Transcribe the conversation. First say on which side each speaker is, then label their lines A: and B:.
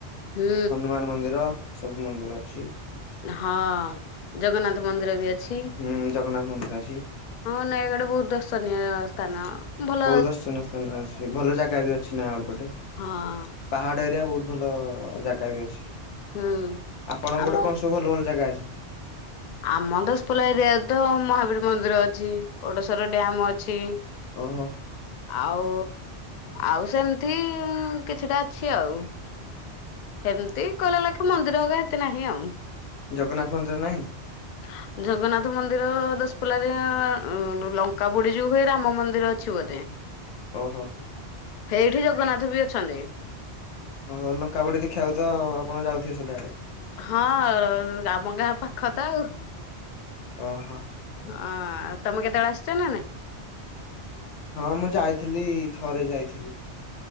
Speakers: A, on the left; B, on the left.
A: ହୁଁ
B: ହନୁମାନ ମନ୍ଦିର, ସବୁ ମନ୍ଦିର ଅଛି‌।
A: ହଁ, ଜଗନ୍ନାଥ ମନ୍ଦିର ବି ଅଛି।
B: ହୁଁ, ଜଗନ୍ନାଥ ମନ୍ଦିର ଅଛି।
A: ହଁ, ନୟାଗଡ ବହୁତ ଦର୍ଶନୀୟ ସ୍ଥାନ। ଭଲ
B: ବହୁତ ଦର୍ଶନୀୟ ଅଛି ଭଲ ଜାଗା ବି ଅଛି ନୟାଗଡ଼ ପଟେ।
A: ହଁ।
B: ପାହାଡ ଏରିଆ ବହୁତ ଭଲ ଜାଗା ବି ଅଛି।
A: ହୁଁ
B: ଆପଣଙ୍କ
A: ଆମ
B: ପଟେ କଣ ସବୁ ଭଲ ଭଲ ଜାଗା ଅଛି?
A: ଆମ ଦଶପଲା ଏରିଆରେ ତ ମହାବୀର ମନ୍ଦିର ଅଛି, ଓଡ଼ଶର ଡ୍ୟାମ ଅଛି।
B: ଓହୋ!
A: ଆଉ ଆଉ ସେମତି କିଛିଟା ଅଛି ଆଉ। ଏମିତି କହିଲ ଲେଖେ ମନ୍ଦିର ହଗ ଏତେ ନାହିଁ ଆଉ।
B: ଜଗନ୍ନାଥ ମନ୍ଦିର ନାହିଁ।
A: ହଁ <unintelligible> ଜଗନ୍ନାଥ ମନ୍ଦିର ଦଶପୁଲାରେରେ ଲଙ୍କା ପୋଡି ଯୋଉ ହୁଏ ରାମ ମନ୍ଦିର ଅଛି ବୋଧେ। ହ <unintelligible>
B: ଓହୋ!
A: ସେଇଠି ଜଗନ୍ନାଥ ବି ଅଛନ୍ତି।
B: ଓହ! ଲଙ୍କା ପୋଡି ଦେଖିବାକୁ ତ ଆପଣ ଯାଉଥିବେ ସଦାବେଳେ।
A: ହଁ, ଆାମ ଗାଁ ପାଖ ତ ଆଉ।
B: ଓହୋ!
A: ହଁ, ଆଉ ତମେ କେତେବେଳେ ଆସିଛ ନା ନାଇଁ?
B: ହଁ, ମୁଁ ଯାଇଥିଲି ଥରେ ଯାଇଥିଲି।